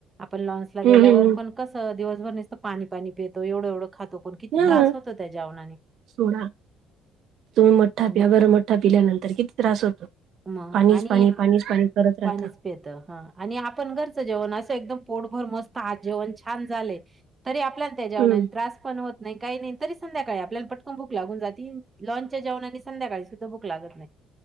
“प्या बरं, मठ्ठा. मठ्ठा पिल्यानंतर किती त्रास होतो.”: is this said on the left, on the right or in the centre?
Right